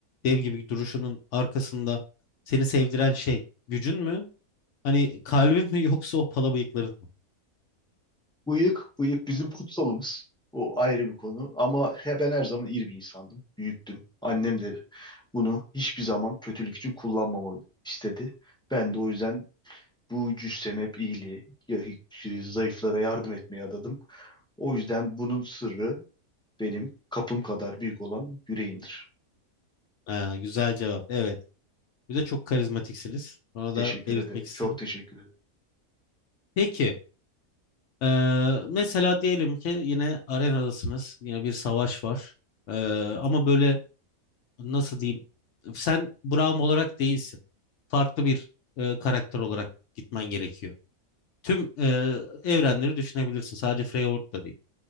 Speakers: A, on the left; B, in the centre.
A: dev gibi duruşunun arkasında seni sevdiren şey gücün mü? Hani kalbin mi <laughs> yoksa o pala bıyıkların mı?
B: Bıyık, bıyık bizim kutsalımız. O ayrı bir konu. Ama he, ben her zaman iyi bir insandım. Büyüktüm. Annem de bunu hiçbir zaman kötülük için kullanmamamı istedi. Ben de o yüzden bu cüssemi hep iyiliğe, ya- zayıflara yardım etmeye adadım. O yüzden bunun sırrı benim kapım kadar büyük olan yüreğimdir.
A: Ha, güzel cevap. Evet. Bize çok karizmatiksiniz. Ona
B: Teşekkür
A: da belirtmek
B: ederim.
A: isterim.
B: Çok teşekkür ederim.
A: Peki, e, mesela diyelim ki yine arenadasınız, yine bir savaş var. E, ama böyle nasıl diyeyim, sen Braum olarak değilsin. Farklı bir e, karakter olarak gitmen gerekiyor. Tüm e, evrenleri düşünebilirsin, sadece Freyorg da değil.